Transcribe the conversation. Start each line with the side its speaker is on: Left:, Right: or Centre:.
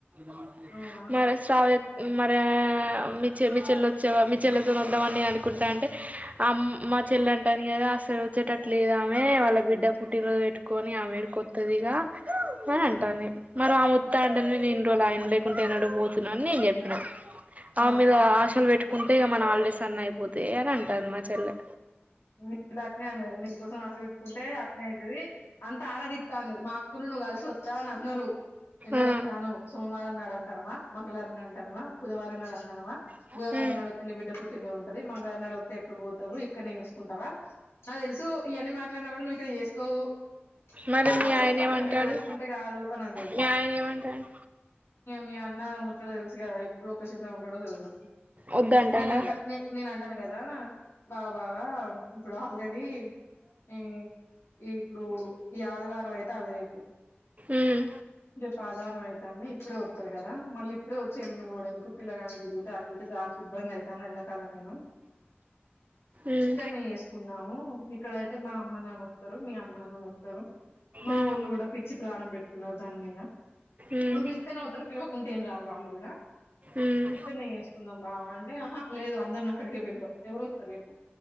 Right: అ
Left: అవునా
Right: మరె శ్రావిద్ మరె మీ చెల్లి వచ్చే మీ చెల్లెతో వద్దామని అనుకుంటాంటే అమ్ మా చెల్లె అంటాందికదా, అసలు వచ్చేటట్ లేదు ఆమె వాళ్ళ బిడ్డ పుట్టినరోజు పెట్టుకొని ఆమె ఎడుకొ, తిదిగా అని అంటాంది మరి ఆయన వత్తా అంటే న నేను ఇన్ని రోజుల ఆగిన లేకుంటే ఎనడు పోతున్నా అని నేను చెప్
Left: ఆ
Right: ఆమె ద ఆశల్ పెట్ కుంటే ఇ మన హాలిడేస్ అన్న అయిపోతే అని అంటాంది మా చెల్లె
Left: మీ అట్నే అన్నది నీ కోసం నువ్వెట్టుకుంటే అట్నే అయితది అంత ఆరాదితాన్ది మా అకును నువ్వు కలిసి వా చాన అంటున్నరు ఎన్నడు
Right: ఆ
Left: వత్తానవ్ సోమవారం అంటనవా, మంళవారం అంటనవా, బుధవారం నాడు అంటనవా,
Right: ఉమ్
Left: బుధవారం నాడు వత్తే నీ బిడ్డ పుట్టిన ఉంటది, మంగళారం నాడు వత్తే ఇపుడు పోతవు ఎక్కన్న చేస్ కుంటవా నా తెలుసు ఇవన్నీ మాట్లాడినా కూడా మేసేజ్ చేస్ కొవ్వు నువ్వు
Right: మరి
Left: రావు
Right: మీ
Left: అసలు
Right: ఆయన
Left: ఫస్ట్
Right: ఏమంటాడు
Left: నీతో పెట్టుకుంటే కాదు అని అంటడు
Right: మీ ఆయన ఏమంటాడు
Left: మీ అన్న ముచ్చట తెలుసు కదా ఎప్పు కొసెతం ఉండడం జరదు
Right: వద్దంటాడా
Left: నేను అంటా నే నేను అంటాను కదా బావ బావా ఇప్పుడు ఆల్రెడీ ఈ ఈ ఇప్పుడు ఈ ఆదివారం అయి తది రేపు
Right: ఉమ్
Left: రేపు ఆదివారం అయితంది ఇప్పుడే వత్తరు కదా మళ్ళీ ఇప్పుడే వ చెల్లు పోడేందుకు పిల్లగానికి తిగుత ఆటికీటికి గాలికి ఇబ్బంది అవుతాంది ఎండాకాలం మనం
Right: ఉమ్
Left: ఇక్కన్నే వేసుకున్నాము ఇక్కడయితే మా అమ్మ నాన్న వత్తరు మీ అమ్మ నానా లు తరు మా
Right: ఉమ్
Left: వొళ్ళు కూడా పిచ్చి ప్రాణం పెట్టుకున్నారు దాని మీద
Right: ఉమ్
Left: నువ్వు పిలిస్తేనే పోతారా పిలువకుంటే ఏం రారు వాళ్ళు కూడా
Right: ఉమ్
Left: ఇక్కడనేే చేేసుకుందాం బావ అని అంటే ఆహా లేదు అందరిని అక్కడికే పిలుదాం ఎవరు వస్తారు చెప్పు